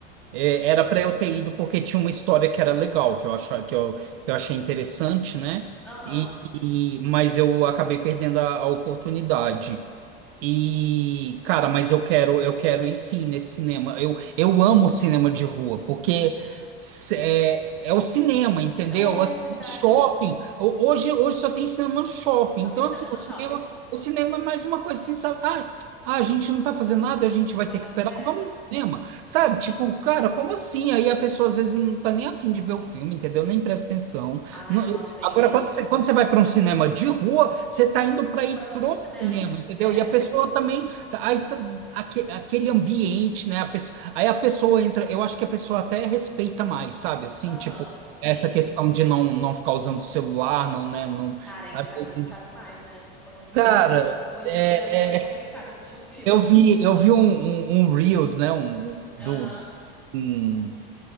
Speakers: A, on the right; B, in the centre.
A: É, Era para eu ter ido porque tinha uma história que era legal, que eu achava, que eu, que eu achei interessante, né?
B: aham.
A: E, e- mas eu acabei perdendo a, a oportunidade. E, cara, mas eu quero, eu quero ir sim nesse cinema. Eu, eu amo cinema de rua, porque s- é, é o cinema, entendeu?
B: É
A: Assim,
B: verdade.
A: shopping. ho- Hoje, hoje só tem cinema no shopping.
B: Só
A: Então,
B: tem cinema
A: assim,
B: no
A: o cinema,
B: shopping.
A: o cinema é mais uma coisa assim, sabe? Ah, <tsk> ah, a gente não tá fazendo nada, a gente vai
B: Bora.
A: ter que esperar.
B: É.
A: Vamos no cinema. Sabe, tipo, cara, como assim? Aí a pessoa às vezes não tá nem afim de ver o filme, entendeu? Nem presta atenção.
B: Ai,
A: Não-
B: nossa, e
A: agora, quando você, quando você vai para um cinema de rua, você tá indo para ir
B: para o
A: pro
B: cinema.
A: cinema, entendeu?
B: É.
A: E a pessoa também, aí tá- aque- aquele ambiente, né? A pessoa, aí a pessoa entra, eu acho que a pessoa até respeita mais, sabe? Assim,
B: Aham,
A: tipo,
B: sim.
A: essa questão de não, não ficar usando o celular, não, né? Não,
B: Cara, isso
A: às
B: tá, isso
A: vezes-
B: tá demais, né? Quando a pessoa
A: cara,
B: vai... Hoje
A: é,
B: no cinema é complicado
A: é,
B: assistir o filme.
A: eu vi, eu vi um, um, um Reels, né? Um, do.
B: Aham,
A: um